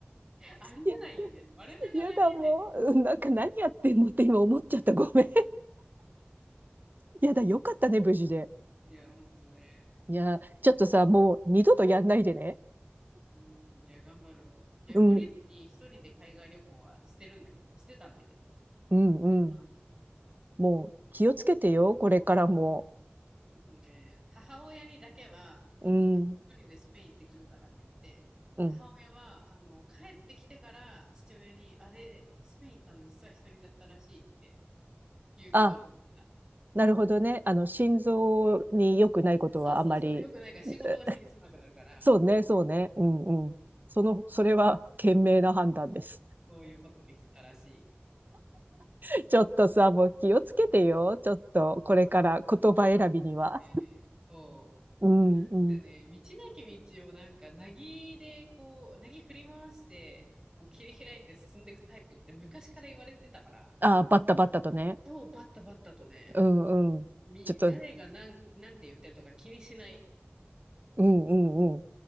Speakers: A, on the right; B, on the right.
A: ありえないよね。
B: いや、
A: 我ながらありえないと思う。
B: 嫌だもう。うんなんか何やってんのって今思っちゃった。ごめん。いやだ、よかったね、無事で。
A: いや、ほんとね。
B: いや、ちょっとさ、もう二度とやんないでね。
A: うん、いや、頑張るわ。いや、
B: うん、
A: 懲りずに一人で海外旅行はしてるんだけど、してたんだけど、
B: うん、
A: なんと
B: うん。もう気をつけてよ、これからも。
A: ちょっとね、母親にだけは、あの、
B: うん、
A: 一人でスペイン行ってくるからって言って、
B: うん。
A: 母親は、あの、帰ってきてから父親に、あれ、スペイン行ったの実は一人だったらしいっていうことに言ってた。
B: あ、なるほどね。あの、心臓に良くないことはあまり、
A: そうそうそう、よくないから仕事が手につかなくなるから、
B: えそうね、そうね。うん、うん。その、それは <laughs> 賢明な判断です。
A: うんそういうことにしたらし
B: <laughs> ちょっとさ、もう気をつけてよ。ちょっと、これから言葉選びには。
A: い。えーそう。
B: うん、
A: もうなんせね、
B: うん。
A: 道なき道をなんか、なぎでこう、なぎ振り回して、こう切り開いて進んでいくタイプって昔から言われてたから、
B: ああ、バッタバッタとね。
A: そう、バッタバッタとね、
B: うん、うん。
A: み、
B: ちょっと、
A: 誰がなん、
B: う
A: なんて言ってるとか気にしない。
B: ん、うん、うん。